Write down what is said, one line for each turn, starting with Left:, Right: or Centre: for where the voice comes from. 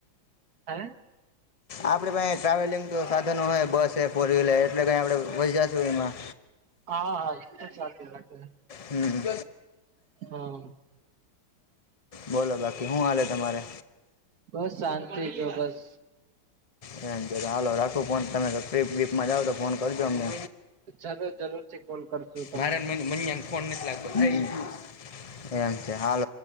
Right: હે
Left: આપડે પાહે ટ્રાવેલિંગ નુ સાધનો હોય બસ હે ફોર વ્હીલર હે એટલે કઈ આપણે <unintelligible> જોયે માં
Right: હા હા <unintelligible>
Left: હમ્મ
Right: હા
Left: બોલો, બાકી શું હાલે તમારે?
Right: બસ, શાંતિ જો બસ.
Left: એમ જો, તો હાલો રાખું ફોન. તમે ટ્રીપ વિપમાં જાઓ તો ફોન કરજો અમને.
Right: જરૂર જરૂરથી કોલ કરશું તમને
Left: માન મ એમ <inaudible> એમ છે હાલ.